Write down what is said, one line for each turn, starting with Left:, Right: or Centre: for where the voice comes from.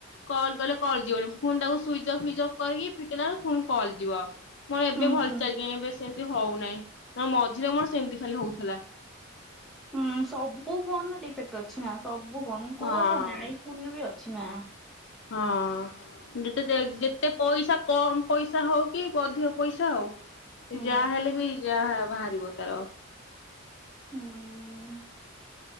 Left: କଲ୍ କଲେ କଲ ଯିବନି ଫୁଣି ତାକୁ ସୁଇଚ୍ ଅଫ୍ ଫୁଇଜ୍ ଅଫ୍ କରିକି ଫିଟେଇଲା ଏଳକୁ ଫୁଣି କଲ୍ ଯିବ। ମୋର
Centre: ହୁଁ
Left: ଏବେ ଭଲ
Centre: ହୁଁ
Left: ଚାଲିଚି କାଇଁ ଏବେ ସେମ୍ ଏ ହୋଉନାହିଁ ନା ମଝିରେ ମୋର ସେମିତି ଖାଲି ହୋଉଥିଲା।
Centre: ହଁ ସବୁ ଫୋନର ଡିଫେକ୍ଟ ଅଛି ନା ସବୁ ଫୋନ
Left: ହଁ
Centre: କୋଉ ଫୋନ ନା ଆଇ ଫୋନରେ ବି ଅ ଛି ନାଁ।
Left: ହଁ ଯେତେ ଦେଖ ଯେତେ ପଇସା କମ୍ ପଇସା ହୋଉ କି ବ ଅଧିକ ପଇସା ହୋଉ ସେ
Centre: ହୁଁ
Left: ଯାହା ହେଲେ ବି ଯାହା ବାହାରିବ ତାର
Centre: ହୁଁ ଉଁ।